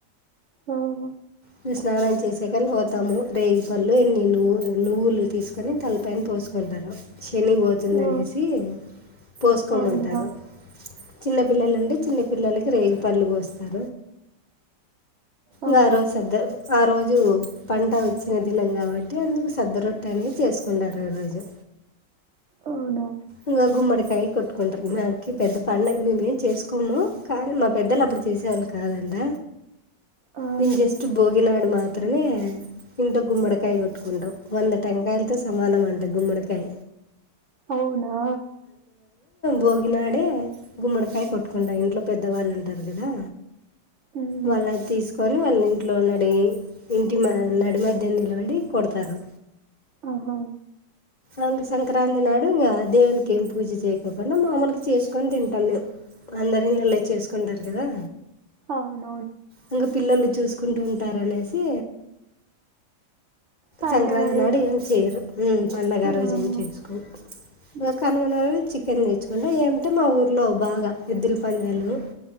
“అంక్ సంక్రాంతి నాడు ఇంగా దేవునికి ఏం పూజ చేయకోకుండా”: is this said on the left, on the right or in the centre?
Left